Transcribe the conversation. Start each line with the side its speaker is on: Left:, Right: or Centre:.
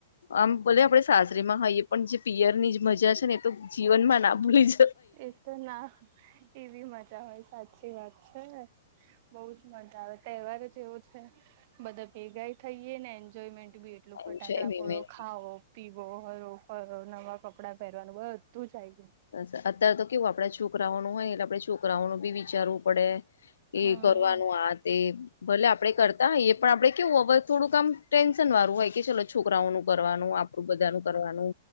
Left: આમ ભો આપડે સાજરી માં હોઈએ પણ જે પિયરની જ મજા છે ને એ તો જીવનમાં ના ભૂલી જ
Right: એ તો ના એવી મજા હોય સાચી વાત છે બઉુ જ મજા આવે તહેવાર જેવો છે બધા ભેગા થઈએ ને એન્જોયમેન્ટ બી એટલું
Left: સારું
Right: ફટાકડા
Left: છે એમ
Right: ફોડો
Left: ઈમેજ.
Right: ખાવો પીવો હરો ફરો નવા કપડાં પહેર નું બ તું ચા ગયું
Left: બ અત્યારે તો કેવું આપડે છોકરાઓ નનું હોય એટલે આપે છોકરાઓનું બી વિચારવું પડે એ
Right: હમ
Left: કરવાનું આ તે ભલે આપડે કરતા એ પણ આપડે કેવું હવે થોડુંકામ ટટેન્શન વારું હોય કે ચલો છોકરાઓ નું કરવાનું આપણું બધા નું કરવાનું